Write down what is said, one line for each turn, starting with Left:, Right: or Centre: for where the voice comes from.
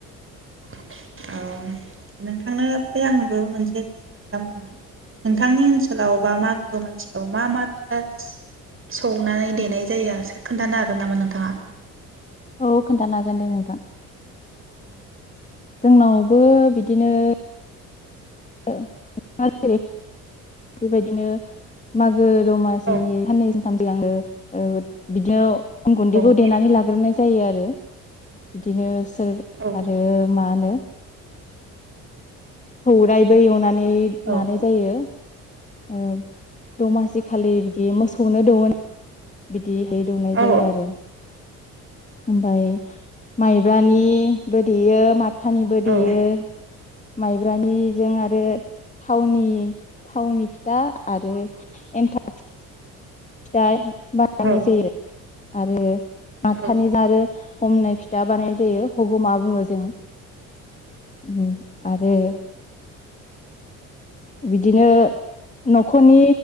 Right: औ नोंथांनो फ्राय आंबो मोनसे कुइसन खालामहरनि नोंथांनि ओनसोलाव बा मागो दमासियाव मा मा फिथा सौनानै देनाय जायो सो खोन्थानो हागोन नामा नोंथाङा?
Left: औ खोन्थानो हागोन दे नोंथां।
Right: औ
Left: जोंनावबो बिदिनो ओ <unintelligible> बेबायदिनो मागो दमासिनि
Right: औ
Left: सननै जों थामजोंनो ओ बिदिनो अन गुन्दैखौ
Right: औ
Left: देनानै लाग्रोनाय जायो आरो बिदिनो सि
Right: औ
Left: आरो मा होनो? सौरायबो एवनानै
Right: औ
Left: लानाय जायो । औ । दमासि खााललि - बिदि मोसौनो दंवोना <unintelligible> देयैहाय दौनाय
Right: औ
Left: जायो आरो ओमफ्राय माइब्रानि बो दैयो मा थानिबो देयो
Right: औ
Left: । माइ ब्रानिजों आरो थावनि थावनि फि दा आरो एन्थाब दा <unintelligible> जायो ।
Right: औ
Left: आरो माथानि
Right: औ
Left: जारो हमनाय फिथा बानाय जायो हगमा बुङो जों । उम आरो बिदिनो नखरनि